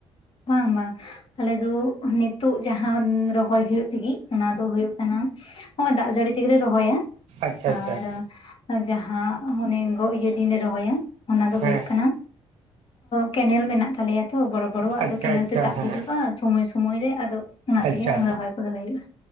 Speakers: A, on the left (about 50°); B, on the right (about 80°).
A: ᱵᱟᱝ ᱵᱟᱝ ᱟᱞᱮ ᱫᱚ ᱱᱤᱛᱚᱜ ᱡᱟᱦᱟᱸ ᱨᱚᱦᱚᱭ ᱦᱳᱭᱳᱜ ᱞᱟᱜᱤᱫ ᱚᱱᱟ ᱫᱚ ᱦᱳᱭᱳᱜ ᱠᱟᱱᱟ ᱦᱚᱸ ᱫᱟᱜ ᱡᱟᱹᱲᱤ ᱛᱮᱜᱮᱞᱮ ᱨᱚᱦᱚᱭᱟ
B: ᱟᱪᱪᱷᱟ
A: ᱟᱨ
B: ᱟᱪᱪᱷᱟ
A: ᱡᱟᱦᱟᱸ ᱚᱱᱮ ᱜ ᱤᱭᱟᱹ ᱫᱤᱱᱮ ᱨᱚᱦᱚᱭᱟ ᱚᱱᱟ ᱫᱚ ᱦᱩᱭᱩᱜ
B: ᱦᱮᱸ
A: ᱠᱟᱱᱟ ᱠᱮᱱᱮᱞ ᱢᱮᱱᱟᱜ ᱛᱟᱞᱮᱭᱟ ᱛᱚ ᱵᱚᱲᱚ ᱵᱚᱲᱚ ᱟᱫᱚ
B: ᱟᱪᱪᱷᱟ
A: ᱠᱮᱱᱮᱞ
B: ᱟᱪᱪᱷᱟ
A: ᱛᱮ ᱫᱟᱜ
B: ᱦᱮᱸ
A: ᱦᱤᱡᱩᱜᱼᱟ᱾ ᱥᱳᱢᱳᱭ ᱥᱳᱢᱚᱭ ᱨᱮ ᱟᱫᱚ ᱚᱱᱟ ᱛᱮᱜᱮ
B: ᱟᱪᱪᱷᱟ
A: ᱨᱚᱦᱚᱭ ᱠᱚᱫᱚ ᱦᱩᱭᱩᱜᱼᱟ᱾